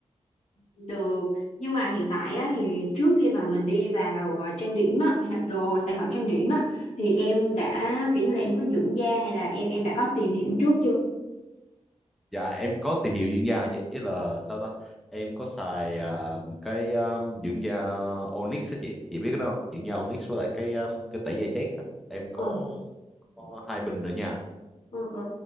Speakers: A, on the left; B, in the centre.
A: Được, nhưng mà hiện tại á, thì trước khi mà mình đi vào ờ, trang điểm á, hay là đồ sản phẩm trang điểm á, thì em đã kiểu như là em có dưỡng da hay là em em đã có tìm hiểu trước chưa?
B: Dạ em có tìm hiểu dưỡng da chị ý là sao ta em có xài à, cái à, dưỡng da Onyx á chị chị biết cái đó không dưỡng da Onyx với lại cái um, cái tẩy da chết đó em có,
A: Ừ.
B: có hai bình ở nhà
A: Ừ, ừ.